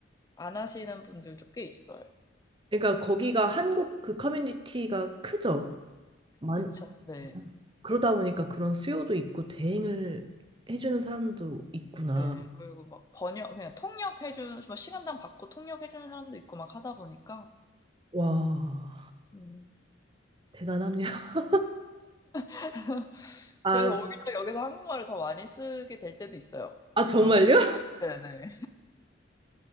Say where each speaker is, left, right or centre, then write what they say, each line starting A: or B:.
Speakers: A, on the left; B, on the right.
A: 안 하시는 분들도 꽤 있어요.
B: 그러니까 거기가 한국 그 커뮤니티가 크죠? 많,
A: 그쵸? 네.
B: 그러다 보니까 그런 수요도 있고 대행을 해주는 사람도 있구나.
A: 네. 그리고 막 번역, 그냥 통역해주는, 뭐 시간당 받고 통역해주는 사람도 있고 막 하다 보니까.
B: 와,
A: 음.
B: 대단하네요. <laughs>
A: <laughs>
B: 아,
A: 그래서 오히려 여기서 한국말을 더 많이 쓰게 될 때도 있어요.
B: 아 정말요?
A: 영어. 네네.